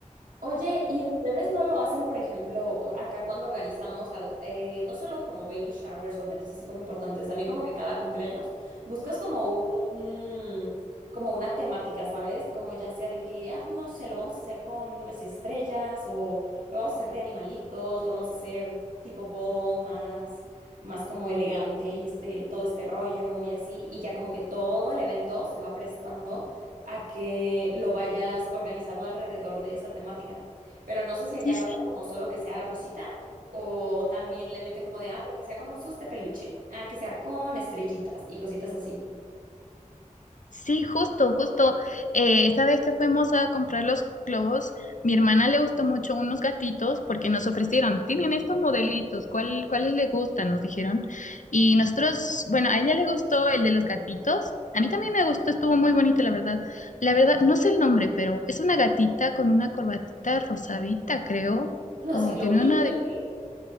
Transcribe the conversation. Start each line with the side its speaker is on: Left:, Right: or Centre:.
Right: Oye, ¿y ustedes no lo hacen, por ejemplo, acá cuando organizamos, al- eh, no solo como baby showers o eventos así como importantes, también como que cada cumpleaños buscas como un, mm, como una temática, ¿sabes? Como ya sea de que, ah, pues no sé, lo vamos a hacer con nubes estrellas o lo vamos a hacer de animalitos, lo vamos a hacer tipo boho más, más como elegante y este, todo este rollo y así, y ya como que todo el evento se va prestando a que lo vayas organizando alrededor de esa temática. Pero no sé si allá
Left: Sí,
Right: lo
Left: sí,
Right: hacen como solo que sea rosita o también le meten como de, ah, pero que sea con osos de peluche, ah, que sea con estrellitas y cositas así.
Left: Sí, justo, justo. Eh, esta vez que fuimos a comprar los globos, mi hermana le gustó mucho unos gatitos porque nos ofrecieron, tienen estos modelitos, ¿cuál, cuáles le gustan? Nos dijeron. Y nosotros, bueno, a ella le gustó el de los gatitos. A mí también me gustó, estuvo muy bonito, la verdad. La verdad, no sé el nombre, pero es una gatita con una corbatita rosadita, creo.
Right: No
Left: O
Right: es Hello
Left: tiene
Right: Kitty,
Left: una de...
Right: ¿o sí?